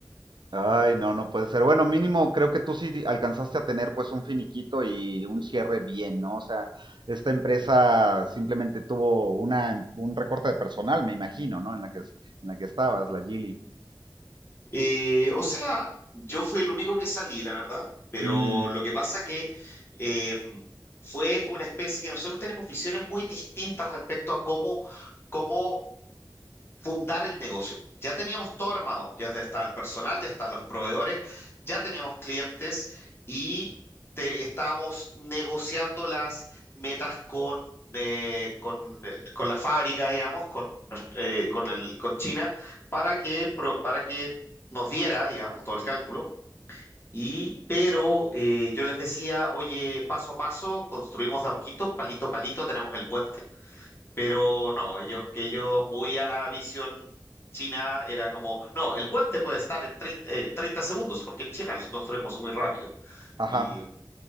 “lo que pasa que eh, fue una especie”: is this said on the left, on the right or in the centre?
Left